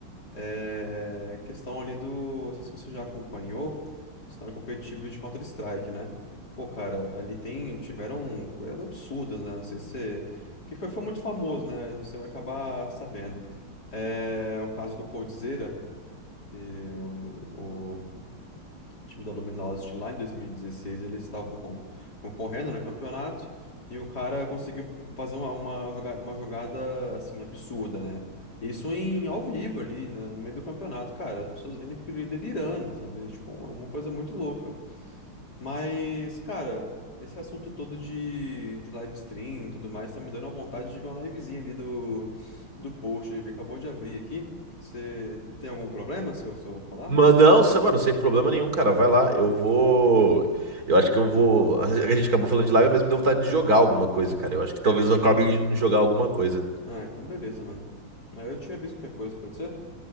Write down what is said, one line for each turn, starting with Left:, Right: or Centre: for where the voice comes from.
Left: É questão ali do. Não sei se você já acompanhou o cenário competitivo de Counter-Strike, né? Pô, cara, ali tem, tiveram coisas absurdas, né? Não sei se. Que foi, foi muito famoso, né? Você vai acabar sabendo. É o caso do Coldzera, que o, time da Luminosity lá em 2016 eles estavam con- concorrendo no campeonato e o cara conseguiu fazer uma, uma, joga- uma jogada assim absurda, né? Isso em ao vivo ali, né, no meio do campeonato, cara, as pessoas vindo que delirando, sabe? Tipo, é uma coisa muito louca. Mas, cara, esse assunto todo de, de live stream e tudo mais tá me dando a vontade de ver uma livezinha ali do, do post. Ele acabou de abrir aqui. Você tem algum problema se eu, se eu falar?
Right: Mano, não, se- mano, sem problema nenhum, cara. Vai lá, eu vou. Eu acho que eu vou. A gente acabou falando de live, mas me deu vontade de jogar alguma coisa, cara. Eu acho que talvez eu acabe de jogar alguma coisa.
Left: Ah, então beleza, mano. Aí eu te aviso qualquer coisa, pode ser?